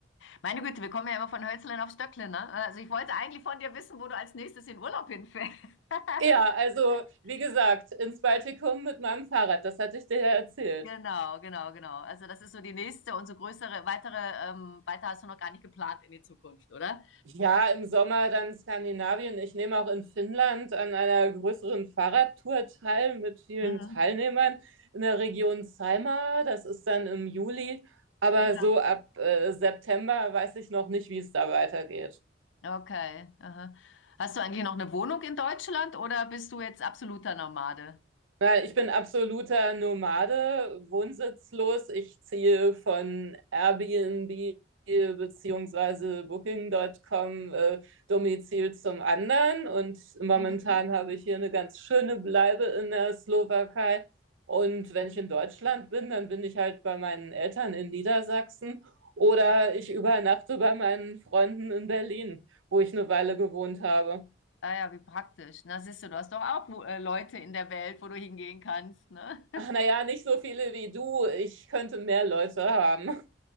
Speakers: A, on the left (about 70°); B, on the right (about 90°).
A: Meine Güte, wir kommen ja immer von Hölzlein auf Stöcklein ne? Also ich wollte eigentlich von dir wissen, wo du als nächstes in Urlaub hinfährst. <laughs>
B: Ja, also wie gesagt, ins Baltikum mit meinem Fahrrad. Das hatte ich dir ja erzählt.
A: Genau, genau, genau. Also das ist so die nächste und so größere, weitere, ähm, weiter hast du noch gar nicht geplant in die Zukunft, oder?
B: Ja, im Sommer dann Skandinavien. Ich nehme auch in Finnland an einer größeren Fahrradtour teil mit vielen
A: Mhm.
B: Teilnehmern in der Region Saimaa. Das ist dann im Juli. Aber
A: Ja.
B: so ab äh, September weiß ich noch nicht, wie es da weitergeht.
A: Okay. Aha. Hast du eigentlich noch eine Wohnung in Deutschland oder bist du jetzt absoluter Nomade?
B: Na, ich bin absoluter Nomade, wohnsitzlos. Ich ziehe von Airbnb beziehungsweise Booking.com äh, Domizil zum anderen. Und momentan
A: Mhm.
B: habe ich hier eine ganz schöne Bleibe in der Slowakei. Und wenn
A: Mhm.
B: ich in Deutschland bin, dann bin ich halt bei meinen Eltern in Niedersachsen oder
A: Ja.
B: ich übernachte bei meinen Freunden in Berlin, wo ich eine Weile gewohnt habe.
A: Ah ja, wie praktisch. Na, siehst du, du hast doch auch wo- äh, Leute in der Welt, wo du hingehen kannst, ne?
B: Ach, naja, nicht so viele wie du. Ich könnte mehr Leute haben.